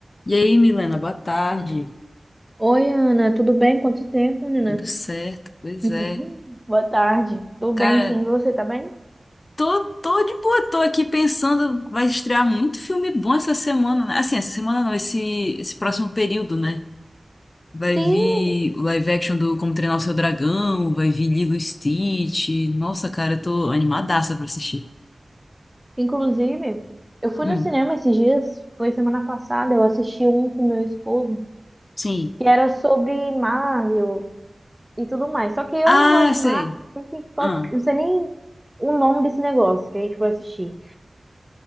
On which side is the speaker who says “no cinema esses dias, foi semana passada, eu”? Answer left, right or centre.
Centre